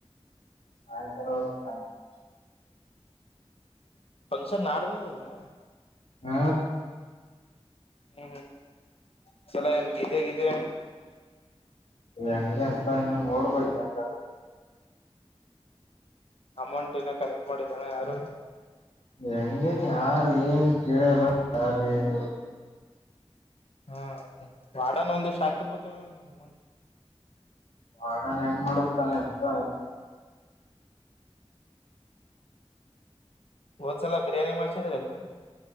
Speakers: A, on the left; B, on the left.
A: ಸಾಯಂಕಾಲ ಹೋಬೆಕ್ ಸಾಯಂಕಾಲ.
B: ಫಂಕ್ಷನ್ ನಾಡ್ದೆ ಅದ ಅಲಾ ಅಣ್ಣಾ.
A: ಹ್ಮ..
B: ಹ್ಮ್ ಹ್ಮ್ ಚಲ ಎಂತ ಇದಿದ್ದೆಗಿದೆ..
A: ಹೆಂಗ್ಲಿ ಅನ್ಸ ಇನ್ನು ನೋಡ್ಬೇಕುಂಗ..
B: ಅಮೌಂಟ್ ನ ಕಲೆಕ್ಟ್ ಮಾಡಿದ್ದಣ ಯಾರು..
A: ಹೆಂಗೇನ್ ಯಾರು ಏನ್ ಕೇಳಾರ ಯಾರ ಏನ್..
B: ಹಾ ವಾಡಾನ ಒಂದಿಷ್ಟ ಆಗ್ತಿರ್ಬೇಕಲ್ಲ ಅಮೌಂಟ್..
A: ಮಾಡಾಡಣ ಹೆಂಗ್ ಮಾಡುತ್ತಾನೆ ಇಪ್ಪ..
B: ಹೋದ್ಸಲ ಬಿರಿಯಾನಿ ಮಾಡ್ಸಿದ್ರ ಅಲ್ಲನ..